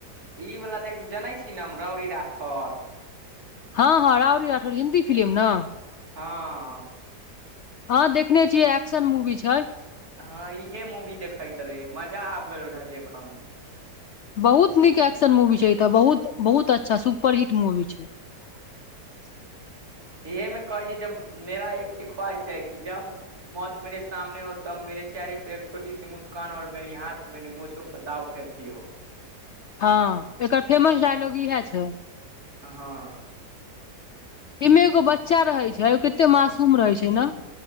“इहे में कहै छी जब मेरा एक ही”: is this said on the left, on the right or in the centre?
Right